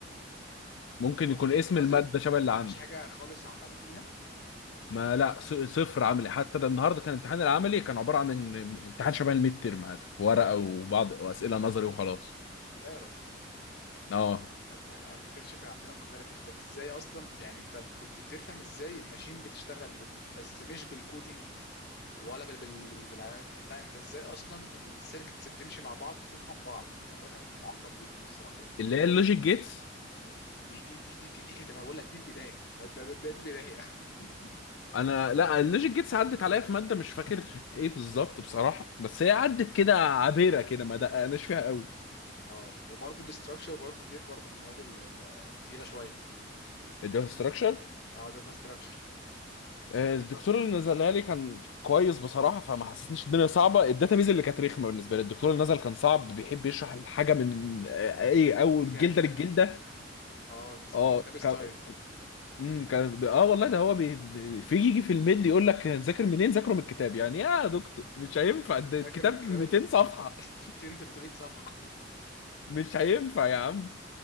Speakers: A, on the left; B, on the left.
A: ممكن
B: نظري
A: يكون اسم
B: نظري
A: المادة شبه اللي
B: ما
A: عندك
B: فيش حاجه خالص عملي فيها
A: ما لا ص- صفر عملي حتى ده النهارده كان الامتحان العملي كان عبارة عن إن- امتحان شبه الميد تيرم عادي ورقة وبعض وأسئلة نظري وخلاص
B: لا يا راجل
A: اه
B: احنا الاركتكتشر عندنا مختلف انت ازاي اصلا يعني انت كنت بتفهم ازاي الماشين بتشتغل بت... بس مش بالكودينج ولا بال... بال... بالعمليات الح- لا انت ازاي اصلا السيركتس بتمشي مع بعض وتفهم بعض الموضوع كان معقد جدا الصراحه
A: اللي هي اللوجيك جيتس
B: دي دي دي دي دي كانت أنا بقول لك دي البدايه ده ده ده, ده البدايه <laughs>
A: انا لا
B: يعني
A: اللوجيك جيتس عدت عليا في ماده مش فاكر ايه بالظبط بصراحه بس هي عدت كده عابره كده ما دققناش فيها قوي
B: اه وبرده الاستراكشر برده ديت برده من المواد ال- ال- التقيله شويه
A: الداتا ستراكشر
B: اه داتا استراكشر
A: الدكتور اللي نزلها لي كان كويس بصراحه فما حسسنيش الدنيا صعبه الداتابيز اللي كانت رخمه بالنسبه لي الدكتور اللي نزل كان صعب بيحب يشرح الحاجه من آه، ايه او
B: كتاب
A: جلده للجلده
B: اه اس-
A: اه
B: كتاب ستايل
A: ك... مم، كان اه والله ده هو بي... في يجي في الميد يقول لك ذاكر منين ذاكره من الكتاب يعني يا دكتور مش هينفع ده
B: ذاكر
A: الكتاب
B: من كتاب
A: 200
B: ال
A: صفحه
B: <laughs> 200 300 صفحه
A: مش هينفع يا عم